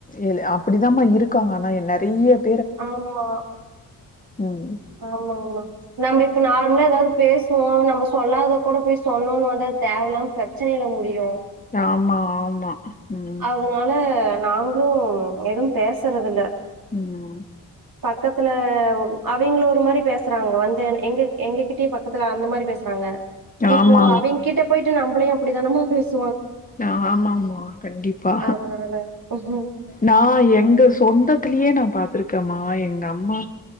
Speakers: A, on the left (about 20°); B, on the right (about 55°).
A: எலே அப் அப்டிதாம்மா இருக்காங்க ஆனா என் நறையப்
B: ஆமா
A: ம்
B: ஆமாங்மா நாம இப்ப நார்மலா எதாவது பேசுவோ நம்ம சொல்லாத கூட போய் சொன்னோனு வந்து அது தேவயில்லாமா பிரச்சனில முடியு
A: ஆமா ஆமா ம்
B: அதுனால நாங்களு எதும் பேசறது இல்ல
A: ம்
B: பக்கத்துல அவிங்கள ஒரு மாரி பேசுறாங்க வந்து எங்க எங்ககிட்டயே பக்கத்துல அந்த மாரி பேசுறாங்க இப்போ
A: ஆமா
B: அவிங் கிட்ட போயிட்டு நம் நம்மளயு அப்டிதானமா பேஸ்
A: ஆ ஆமா ஆமா பே கண்டிப்பா
B: அதனால
A: நா எங்க சொந்தத்துலியே நா பாத் பாத்துருக்கமா எங்க அம்மா